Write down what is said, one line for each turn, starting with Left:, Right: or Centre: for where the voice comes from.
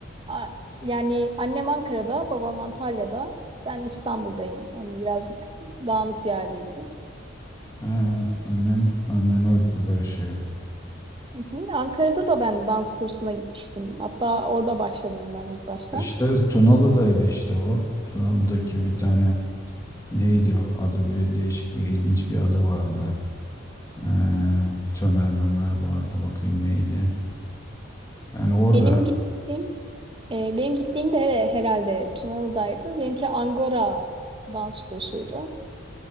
Right: a- yani annem Ankara'da, babam Antalya'da. Ben İstanbul'dayım. Yani birazcık dağınık bir aileyiz biz.
Left: Ha, annen, annen orada burada yaşıyor.
Right: Hı hı. Ankara'da da ben dans kursuna gitmiştim. Hatta orada başladım ben ilk başta.
Left: İşte Tunalı'daydı işte o. Tunalı'daki bir tane Neydi o adı bir değişik bir ilginç bir adı vardı. Ee, Tömer Mömer vardı. Bakayım neydi. Yani orada
Right: Benim gittiğim e, benim gittiğim de herhalde Tunalı'daydı. Benimki Angora dans kursuydu.